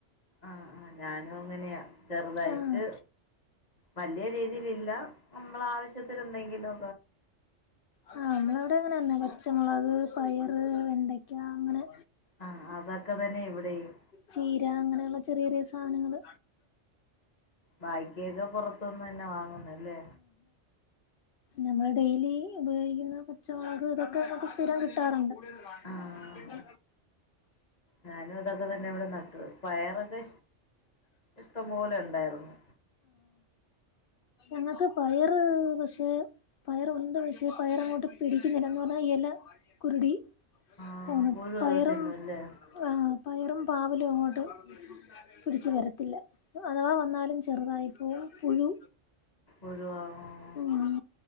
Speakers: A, on the left (about 35°); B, on the left (about 55°).
A: ആഹ ആ ഞാനും അങ്ങനെയാ ചെറുതായിട്ട്
B: ആഹ്
A: വലിയ്യ രീതി ല്ല നമ്മള ആവശ്യത്തി എന്തെങ്കിലും
B: ആഹ നമ്മളവിടെ അങ്ങനെ തന്നെ പച്ചമുളക് പയറ് വെണ്ടയ്ക്ക അങ്ങനെ
A: ആഹ് അതൊക്കെ തന്നെ ഇവിടെയും
B: ചീര അങ്ങനെയുള്ള ചെറിയ ചെറിയ സാധനങ്ങള്ൾ
A: ബാക്കിയൊക്കെ പെറത്തുന്ന് തന്നെ വാങ്ങുന്നല്ലേ
B: നമ്മള് ഡെയിലി ഉപയോഗിക്കുന്ന പച്ചമുളക് ഇതൊക്കെ നമുക്ക് സ്ഥിരം കിട്ടാറുണ്ട്
A: ആഹ്
B: ിക്കന്ന
A: ഞാനും അതൊക്കെ തന്നെ ഇവിടെ നട്ടത് പയറൊക്കെ ഇഷ്ടംപോലെ ഇണ്ടായിരുന്നു
B: ങ്ങക്ക് പയറ് പക്ഷേ പയറുണ്ട് പക്ഷേ പയർ അങ്ങോട്ട് പിടിക്കുന്നില്ലന്ന് പറഞ്ഞാൽ ഇല കുരുടി
A: ആഹ്
B: അന്ന്
A: പുഴുവൊക്കെ
B: പയറും
A: തിന്നുല്ലേ
B: ആഹ പയറും പാവലും അങ്ങോട്ട് തിരിച്ചു വരത്തില്ല അഥവാ വന്നാലും ചെറുതായിപ്പോവും പുഴു
A: ഒഴിവാണോ?
B: ഉം